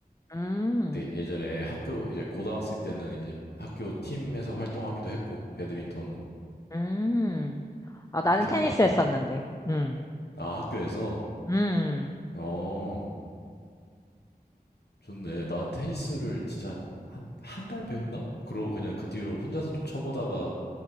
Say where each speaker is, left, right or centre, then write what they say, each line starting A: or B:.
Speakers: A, on the left; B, on the left.
A: 음.
B: 그때 예전에 학교, 이제 고등학생 때는 이제 학교 팀에서 활동하기도 했고, 배드민턴으로.
A: 음. 아,
B: 그렇게
A: 나는 테니스
B: 하다가,
A: 했었는데. 음.
B: 아, 학교에서,
A: 음.
B: 어, 좋네. 난 테니스를 진짜 한, 한 달 배웠나? 그러고 그냥 그 뒤로 혼자서 좀 쳐보다가